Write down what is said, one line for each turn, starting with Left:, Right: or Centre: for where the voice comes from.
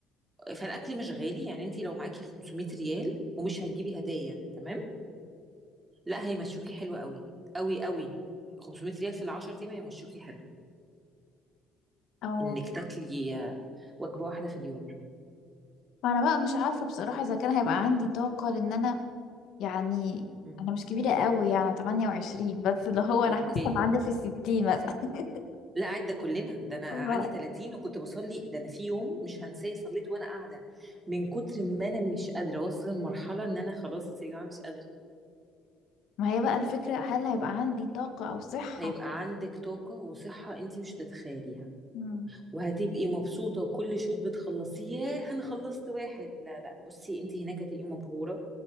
Right: فالاكل مش غالي يعني انت لو معاكي 500 ريال ومش هتجيبي هدايا تمام لا هيمشوكي حلو قوي قوي قوي 500 ريال في العشر ايام هيمشوكي حلو
Left: اه
Right: انك تاكلي وجبه واحده في اليوم
Left: انا بقى مش عارفة بصراحة اذا كان هيبقى عندي طاقة لان انا يعني
Right: مم.
Left: انا مش كبيرة قوي يعني 28 بس اللي هو انا
Right: اوكي
Left: حاسة ان عندي في الستين مثلا <laughs>
Right: لا قاعد ده كلنا ده انا
Left: الله.
Right: عندي 30 وكنت بصلي ده انا في يوم مش هنساه صليت وانا قاعده من كتر ما انا مش قادره اوصل لمرحله ان انا خلاص يا جماعه مش قادره
Left: ما هي بقى الفكرة هل هيبقى عندي طاقة او صحة
Right: هيبقى عندك طاقه وصحه انت مش هتتخيليها
Left: امم
Right: وهتبقي مبسوطة وكل شوط بتخلصيه ياه أنا خلصت واحد لا لا بصي أنت هناك هتبقي مبهورة